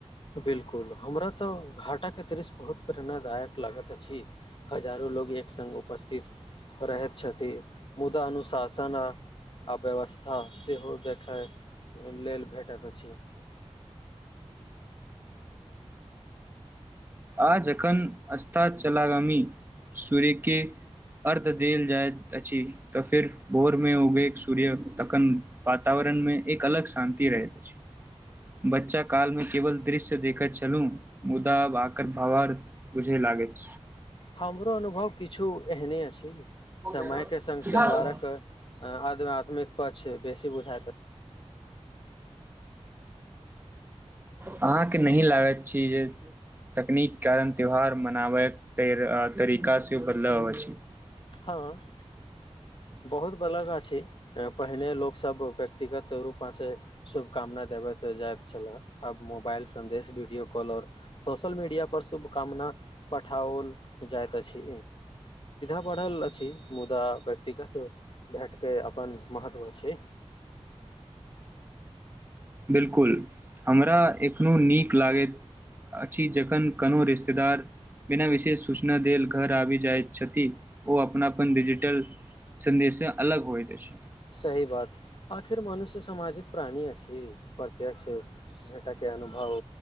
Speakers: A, on the left; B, on the right.
A: बिलकुल हमरा तऽ घाटाक के दृश्य बहुत प्रेरणादायक लागत अछि हजारो लोग एक सङ्ग उपस्थित रहैत छथि मुदा अनुशासन आ अव्यवस्था सेहो देखय लेल भेटत अछि
B: आ जखन अस्ता चलागामी सूर्य के अर्ध देल जाइत अछि तऽ फिर भोर मे उगे सूर्य तखन वातावरण मे एक अलग शान्ति रहैत अछि बच्चा काल मे केवल दृश्य देखैत छलूँ मुदा ब आकर भावार बुझय लागैत
A: हमरो अनुभव किछु एहने अछि
B: हो
A: समयके
B: गया न
A: सङ्ग
B: दिखा
A: त्यौहारक
B: दो
A: आध्यात्मिक पक्ष बेसी बुझायत
B: अहाँके नहि लागैत छी जे तकनीक कारण त्यौहार मनाबयके तरीका सेहो बदलाव अबैत छै
A: हँ बहुत बलगह अछि पहिने लोकसभ व्यक्तिगत रूपमेसँ शुभकामना देबै जाइत छल आब मोबाइल सदेश वीडियो कॉल आओर सोशल मीडिया पर शुभकामना पठाओल जाइत अछि बढ़ल अछि मुदा व्यक्तिगत भेटके अपन महत्व छै
B: बिलकुल हमरा एखनो नीक लागैत अछि जखन कोनो रिश्तेदार बिना विशेष सूचना देल घर आबि जाइत छथि ओ अपनाप डिजिटल सन्देशसँ अलग होइत अछि
A: सही बात आखिर मनुष्य सामाजिक प्राणी अछि प्रत्य्ष भेटयके अनुभव